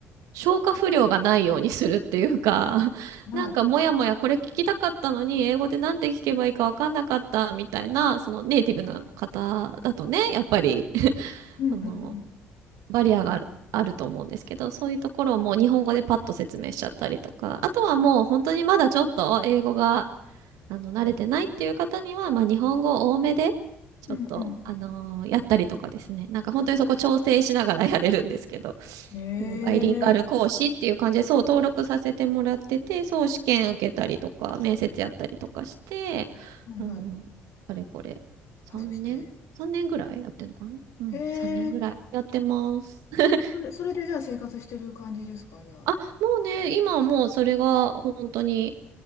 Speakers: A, on the right; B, on the left.
A: 消化不良がないようにするっていうか、<laughs>
B: はい。
A: なんかもやもやこれ聞きたかったのに、英語でなんて聞けばいいかわかんなかったみたいな、そのネイティブの方だとね、やっぱり <laughs>
B: うんうんうん。
A: その、バリアがある、あると思うんですけど、そういうところをもう日本語でパッと説明しちゃったりとか、あとはもう本当にまだちょっと英語があの、慣れてないっていう方には、まあ、日本語多めで、ちょっと、
B: うん
A: あのーやったりとかですね。なんか本当にそこ調整しながらやれるんですけど、
B: う
A: あのバイリンガル講師っていう感じで、
B: ん。ええ
A: そう登録させてもらってて、そう試験受けたりとか、面接やったりとかして、
B: はいはい。
A: あの、あれこれ、
B: パスして。
A: 3年 ?3 年ぐらいやってんのかなうん、
B: へえ。
A: 3年ぐらいやってます。<laughs>
B: でも、それで、それでじゃあ生活してる感じですか、じゃあ。
A: あ、もうね、今はもうそれが本当に、